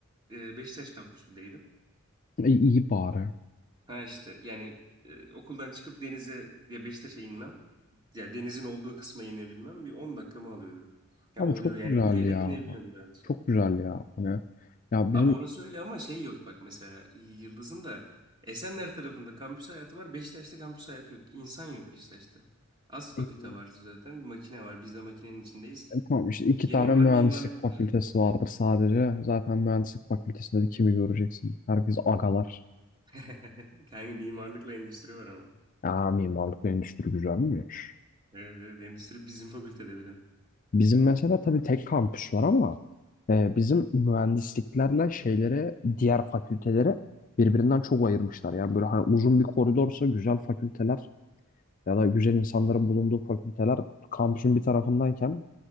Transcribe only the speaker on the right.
e, Beşiktaş kampüsündeydim.
Ha işte yani e, okuldan çıkıp denize ya Beşiktaş'a inmem. Ya denizin olduğu kısma inebilmem bir 10 dakikamı alıyordu. Ya
oluyor
yani
yürüyerek
inebiliyorum rahatça.
Abi
orası öyle ama şey yok bak mesela Yıldız'ın da Esenler tarafında kampüs hayatı var. Beşiktaş'ta kampüs hayatı yok. İnsan yok Beşiktaş'ta. Az fakülte
var zaten. Bir makine var. Biz de makinenin içindeyiz.
Gemi
var,
mimarlık
var.
<laughs> Kanka mimarlıkla endüstri var ama.
Evet, evet endüstri bizim fakültede bir de.